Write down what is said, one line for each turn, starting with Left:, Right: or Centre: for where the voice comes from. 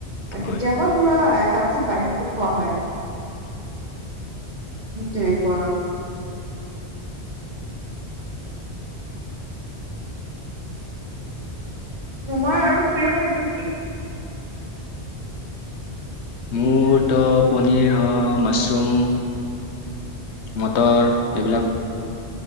Right: আৰু
Left: হয়।
Right: কেতিয়াবা ধৰা কাত চিত বাহিৰতো খোৱা হয়। সেইটোৱে কুৱা আৰু। তোমাৰ আৰু প্ৰিয় খাদ্য কি?
Left: মোৰ তো পনীৰ হয় মাছৰুম মটৰ এইবিলাক